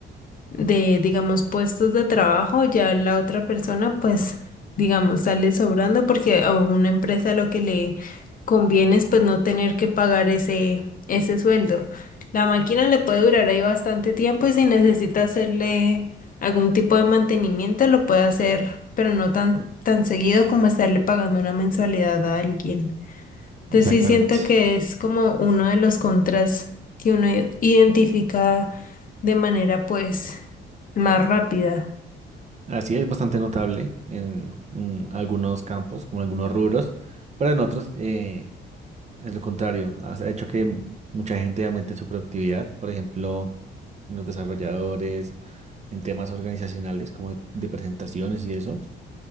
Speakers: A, on the left; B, on the right.
A: de, digamos, puestos de trabajo, ya la otra persona, pues, digamos, sale sobrando porque a una empresa lo que le conviene es pues no tener que pagar ese, ese sueldo. La máquina le puede durar ahí bastante tiempo y si necesita hacerle algún tipo de mantenimiento, lo puede hacer, pero no tan, tan seguido como estarle pagando una mensualidad a alguien. Entonces
B: Exactamente.
A: sí siento que es como uno de los contras que uno i- identifica de manera pues más rápida.
B: Así es bastante notable en mm, algunos campos, como algunos rubros, pero en otros, eh, Es lo contrario, ha ha hecho que mucha gente aumente su productividad, por ejemplo, en los desarrolladores, en temas organizacionales como de, de presentaciones y eso,